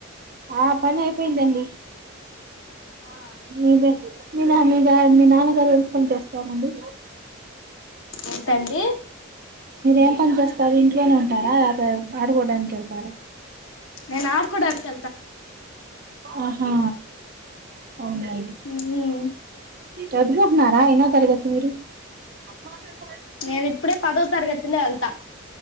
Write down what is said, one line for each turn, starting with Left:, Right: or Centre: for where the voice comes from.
Right: ఆ పన్లుఅయిపోయిందండి
Left: ఆ
Right: మీదే మీ నా మీ గ మీ నాన్నగారు ఏం పని చేస్తారండి
Left: ఏంటండీ
Right: ఏం పని చేస్తారు ఇంట్లోనే ఉంటారా అద ఆడుకోడానికి వెళ్తారా
Left: నేన్ ఆడుకొడానికి
Right: ఆహా అవునా అండి
Left: మ్మ్
Right: చదువుకుంటున్నార ఎన్నో తరగతి రు <unintelligible>
Left: నేను ఇప్పుడే పదో తరగతిలో వెళ్తా